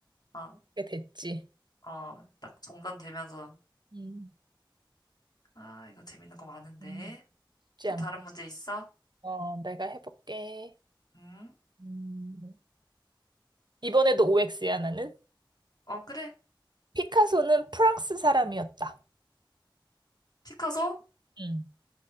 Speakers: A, on the left; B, on the right.
A: 어,
B: 그게 됐지.
A: 어, 딱 종전되면서.
B: 음.
A: 아, 이거 재밌는 거 많은데.
B: 음. 쉽지
A: 또
B: 않고.
A: 다른 문제 있어?
B: 어, 내가 해볼게.
A: 음?
B: 음. 이번에도 OX야, 나는.
A: 어, 그래.
B: 피카소는 프랑스 사람이었다.
A: 피카소?
B: 응.